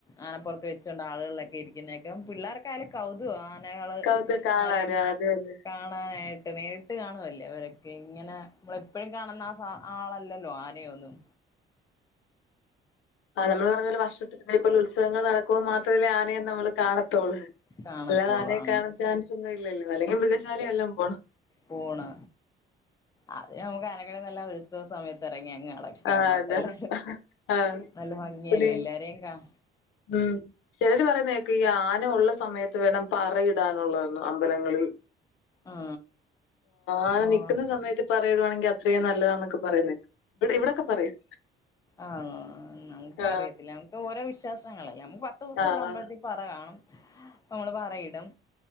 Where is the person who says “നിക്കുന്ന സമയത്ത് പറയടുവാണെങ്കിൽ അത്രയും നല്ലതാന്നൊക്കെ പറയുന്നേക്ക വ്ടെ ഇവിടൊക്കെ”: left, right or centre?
Left